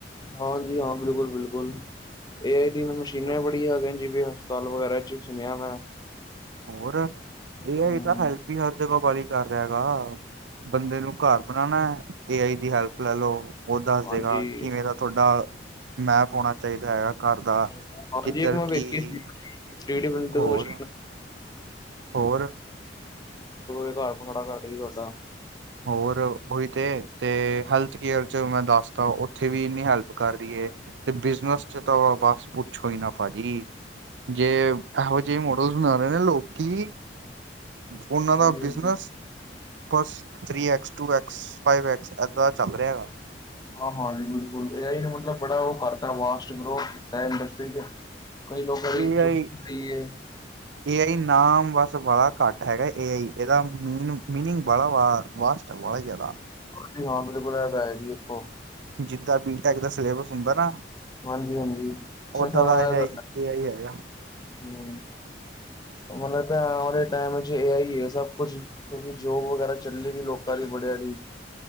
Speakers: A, on the left; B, on the right.
A: ਹਾਂ ਜੀ ਹਾਂ, ਬਿਲਕੁਲ-ਬਿਲਕੁਲ। <unintelligible> ਮਸ਼ੀਨਾਂ
B: ਨੂੰ
A: ਬੜੀਆਂ ਆ ਗਈਆ ਨੇ, ਜਿਵੇਂ ਹਸਪਤਾਲ ਵਗੈਰਾ 'ਚ ਸੁਣਿਆ ਮੈਂ।
B: ਹੋਰ, ਇਹ
A: ਹੂੰ
B: ਹੈਗੀ ਤਾਂ ਹੈਲਪ ਵੀ ਹਰ ਜਗ੍ਹਾ ਵਾਲੀ ਕਰ ਰਿਹਾ ਹੈਗਾ। ਬੰਦੇ ਨੂੰ ਘਰ ਬਣਾਂਣਾ ਏ ਆਈ ਦੀ ਹੈਲਪ ਲੈ ਲੋ। ਉਹ ਦੱਸ
A: ਹਾਂਜੀ
B: ਦੇਗਾ, ਕਿਵੇਂ ਦਾ ਥੋਡਾ ਮੈਪ ਹੋਣਾ ਚਾਹੀਦਾ ਹੈਗਾ ਘਰ ਦਾ।
A: ਹਾਂਜੀ,
B: ਕਿੱਧਰ
A: ਇੱਕ ਮੈਂ
B: ਕੀ
A: ਵੇਖੀ ਸੀ। <unintelligible> ਕਿਵੇ ਡਿਜਾਇਨ ਕਰੋਗੇ,
B: ਹੋਰ ਹੋਰ
A: ਉਹ ਘਰ ਪੜਾ <unintelligible> ਤੁਹਾਡਾ
B: ਹੋਰ ਉਹੀ ਤੇ, ਤੇ ਹੈਲਥ ਕੇਅਰ 'ਚ ਮੈਂ ਦੱਸਤਾ। ਉੱਥੇ ਵੀ ਹੈਲਪ ਕਰ ਰਹੀ ਹੈ ਤੇ ਬਿਜਨਸ 'ਚ ਤਾਂ ਉਹ ਬਸ ਪੁੱਛੋ ਹੀ ਨਾ ਭਾਜੀ, ਜੇ ਇਹੋ ਜਿਹੇ ਮੋਡਲ ਬਣਾ ਰਹੇ ਨੇ ਲੋਕੀ ਉਹਨਾਂ
A: ਹਾਂਜੀ-ਹਾਂਜੀ
B: ਦਾ ਬਿਜਨਸ ਬਸ three X two X, five X ਏਦਾਂ ਚੱਲ ਰਿਹਾ ਹੈਗਾ।
A: ਹਾਂ-ਹਾਂ ਜੀ ਬਿਲਕੁਲ, ਏ ਆਈ ਨੇ ਮਤਲਬ ਬੜਾ ਉਹ ਕਰਤਾ ਫਾਸਟ ਗਰੋ ਕੀਤਾ। ਇੰ <unintelligible>
B: ਏ ਆਈ ਏ ਆਈ ਨਾਮ ਬਸ ਵਾਲਾ ਘੱਟ ਹੈਗਾ ਏ ਆਈ। ਇਹਦਾ ਮੀਨ ਮੀਨਿੰਗ ਬਾਲਾ ਵ ਵਾਸਟ <unintelligible>
A: <unintelligible>
B: ਜਿੱਦਾਂ ਬੀ-ਟੈਕ ਦਾ ਸਿਲੇਬਸ ਹੁੰਦਾ ਨਾ।
A: ਹਾਂਜੀ-ਹਾਂਜੀ <unintelligible>
B: ਓਦਾਂ ਦਾ ਇਹ ਏ ਆਈ ਹੈਗਾ
A: ਹਮ ਮਤਲਵ ਤੇ ਆਉਣ ਵਾਲੇ ਟਾਈਮ 'ਚ ਏ ਆਈ ਏ ਸਭ ਕੁਛ। ਕਿਉਂਕਿ ਜੋਬ ਵਗੈਰਾ ਚੱਲੇਗੀ ਲੋਕਾਂ ਦੀ ਬੜਿਆਂ ਦੀ।